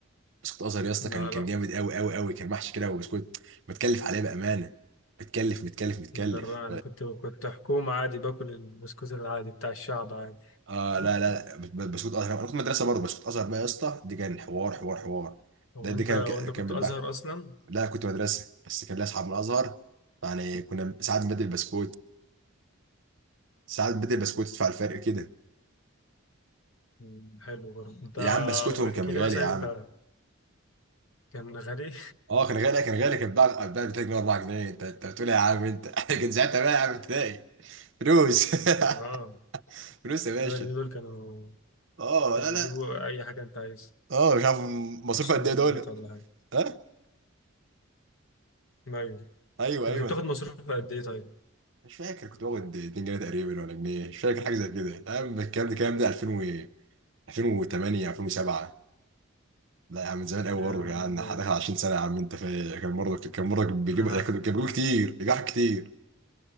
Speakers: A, on the right (about 60°); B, on the left (about 70°).
A: بسكوت ازهر يا اسطى
B: لا
A: كان كان
B: لا
A: جامد قوي قوي قوي كان محشي كده وبسكوت متكلف عليه بامانه متكلف متكلف متكلف
B: انا جرى انا كنت كنت حكومة عادي باكل البسكوت العادي بتاع الشعب عادي
A: اه لا لا لا ب- ب- بسكوت ازهر انا كنت مدرسه برضه بسكوت ازهر بقى يا اسطى دي كان حوار حوار حوار
B: هو
A: ده دي
B: انت
A: كان
B: وانت كنت
A: كان بيتباع
B: ازهر اصلا
A: لا كنت مدرسه بس كان ليا اصحاب من الازهر يعني كنا ساعات بنبدل بسكوت ساعات بنبدل بسكوت تدفع الفرق كده
B: مم، حلو برضه انت
A: يا عم بسكوتهم
B: احكي
A: كان
B: لي
A: غالي
B: مثلا
A: يا عم
B: انت كان غالي
A: اه كان غالي كان غالي كان بتاع بتاع 2 جنيه 4 جنيه انت انت بتقول إيه يا عم انت <laughs> كان ساعتها بقى يا عم ابتدائي فلوس
B: <laughs>
A: <laughs>
B: اه
A: فلوس يا باشا
B: 3 جنيه دول كانوا
A: اه
B: كانوا
A: لا لا
B: يجيبوا اي حاجة انت عايز
A: اه مش عارف مصروف
B: من السوبر
A: قد ايه دول
B: ماركت ولا حاجة
A: ها
B: ايوه
A: ايوه
B: انت
A: ايوه
B: كنت بتاخد مصروف قد ايه طيب؟
A: مش فاكر كنت باخد 2 جنيه تقريبا ولا جنيه مش فاكر حاجه زي كده يا عم الكلام ده الكلام ده 2000 و 2008 2007 لا يا عم من زمان قوي
B: يا
A: برضه يا عم
B: يا
A: داخل 20 سنه يا عم انت فاهم كان برضه كان برضه بيجيبوا
B: انا
A: كانوا بيجيبوا كتير بيجيبوا كتير